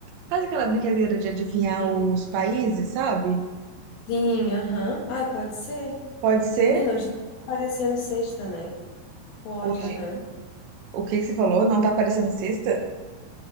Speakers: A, on the right; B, on the left.
A: faz aquela brincadeira de adivinhar
B: Sim,
A: os países, sabe?
B: sim, aham. Ai, pode ser.
A: Pode ser?
B: Menina, hoje nem tá aparecendo sexta, né? Pode,
A: Hoje,
B: aham.
A: o que que você falou? Não tá aparecendo sexta?